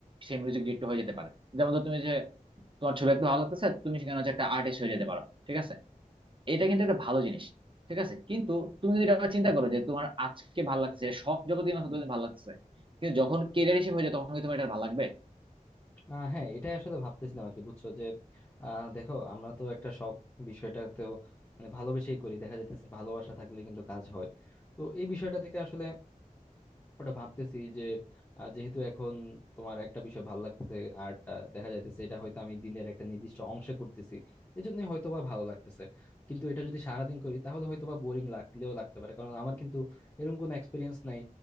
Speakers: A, on the right (about 40°); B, on the left (about 20°).
A: সেই মিউজিক ডিরেক্টর হয়ে যেতে পারে যেমন ধর তুমি যে তোমার ছবি একটু ভালো লাগতেছে তুমি সেখানে হচ্ছে একটা আর্টিস্ট হয়ে যেতে পারো ঠিক আছে এটা কিন্তু একটা ভালো জিনিস ঠিক আছে কিন্তু তুমি যদি এটা চিন্তা করো যে তোমার আজকে ভালো লাগছে এটা শখ যতদিন আছে ততদিন ভালো লাগছে কিন্তু যখন কেরিয়ার হিসেবে হয়ে যায় তখন কি তোমার এটা ভালো লাগবে
B: আহ, হ্যাঁ এটাই আসলে ভাবতেছিলাম আর কি বুঝছো যে আহ দেখো আমরা তো একটা শখ বিষয়টাতেও মানে ভালোবেসেই করি দেখা যাইতেছে ভালোবাসা থাকলে কিন্তু কাজ হয় তো এই বিষয়টা থেকে আসলে ওটা ভাবতেছি যে আহ, যেহেতু এখন তোমার একটা বিষয় ভালো লাগতেছে আর্টটা দেখা যাইতেছে এটা হয়তো আমি দিনের একটা নির্দিষ্ট অংশে করতেছি এজন্য হয়তো বা ভালো লাগতেছে কিন্তু এটা যদি সারাদিন করি তাহলে হয়তো বা বোরিং লাগলেও লাগতে পারে কারণ আমার কিন্তু এরকম কোনো এক্সপিরিয়েন্স নাই